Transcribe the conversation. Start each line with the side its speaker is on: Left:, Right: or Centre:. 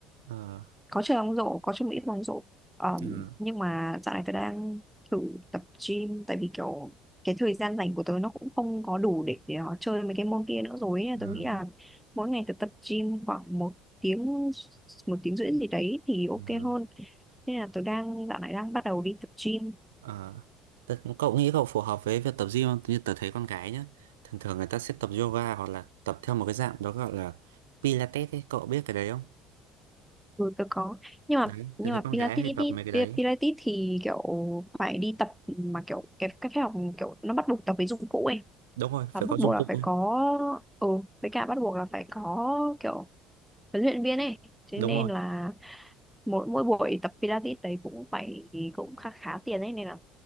Right: Ờ.
Centre: có chơi bóng rổ, có chơi một ít bóng rổ. Ờm,
Right: Ừ.
Centre: nhưng mà dạo này tớ đang thử tập gym tại vì kiểu cái thời gian rảnh của tớ nó cũng không có đủ để, để nó chơi mấy cái môn kia nữa rồi ấy.
Right: Ừ.
Centre: Tớ nghĩ là mỗi ngày tớ tập gym khoảng một tiếng một tiếng rưỡi gì đấy thì ok
Right: Ừ.
Centre: hơn. Nên là tớ đang dạo này đang bắt đầu đi tập gym
Right: Ờ. Tớ- Cậu nghĩ cậu phù hợp với việc tập gym không? Như tớ thấy con gái nhá. Thường thường người ta sẽ tập yoga hoặc là tập theo một cái dạng đó gọi là Pilates ấy. Cậu biết cái đấy không?
Centre: Ừ, tôi có nhưng mà
Right: Đấy,
Centre: nhưng
Right: tớ thấy
Centre: mà
Right: con
Centre: Pilates
Right: gái hay tập
Centre: đi
Right: mấy cái đấy.
Centre: Pi- Pilates thì kiểu phải đi tập mà kiểu cái cái phòng kiểu nó bắt buộc tập với dụng cụ ấy
Right: Đúng rồi,
Centre: và
Right: phải
Centre: bắt
Right: có dụng
Centre: buộc là
Right: cụ
Centre: phải
Right: ấy.
Centre: có ừ với cả bắt buộc là phải có kiểu huấn luyện viên ấy thế
Right: Đúng
Centre: nên
Right: rồi.
Centre: là mỗi mỗi buổi tập Pilates đấy cũng phải cũng khá khá tiền ấy nên là